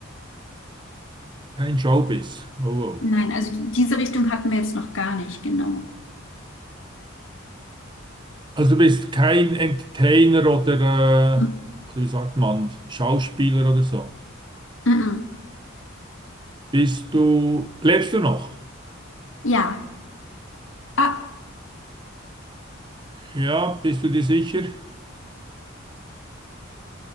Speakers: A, on the right (about 25°); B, on the left (about 70°).
A: Kein Showbiz. Oh, oh.
B: nein. Also die- diese Richtung hatten wir jetzt noch gar nicht, genau.
A: Also du bist kein Entertainer oder, äh,
B: Mm,
A: oder wie sagt man, Schauspieler oder so.
B: mm, mm.
A: Bist du, lebst du noch?
B: Ja, ah,
A: Ja, bist du dir sicher?